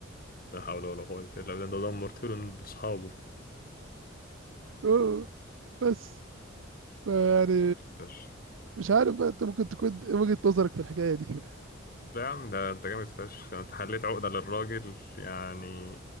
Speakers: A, on the left; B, on the right.
A: لا حول ولا قوة إلا بالله ده دمرت له لأصحابه
B: <laughs> أوه، بس يعني
A: فشخ
B: مش عارف بقى أنت ممكن تكون إيه وجهة نظرك في الحكاية دي
A: لا يا عم ده أنت جامد فشخ أنت حليت عقدة للراجل يعني